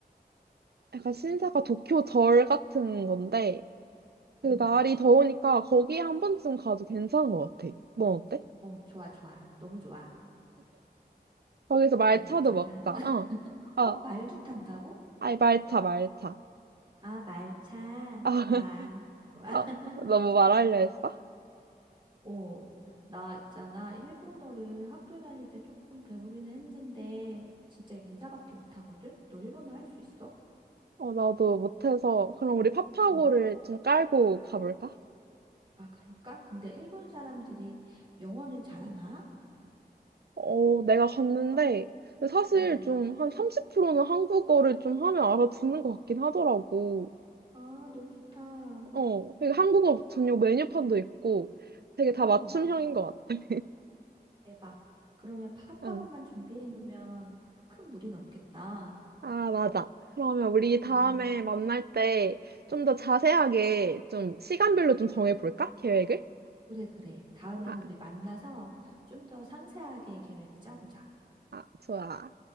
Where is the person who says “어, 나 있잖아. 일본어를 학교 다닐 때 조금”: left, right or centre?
Right